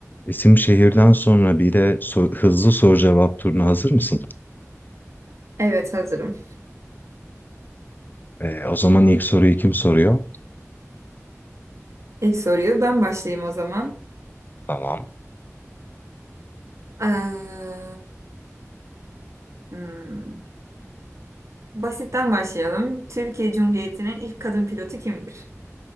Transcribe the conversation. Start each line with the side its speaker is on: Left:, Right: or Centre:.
Left: İsim şehirden sonra bir de so- hızlı soru cevap turuna hazır mısın?
Right: Evet hazırım.
Left: Ee, o zaman ilk soruyu kim soruyor?
Right: İlk soruyu ben başlayayım o zaman.
Left: Tamam.
Right: Ee, hmm, basitten başlayalım. Türkiye Cumhuriyeti'nin ilk kadın pilotu kimdir?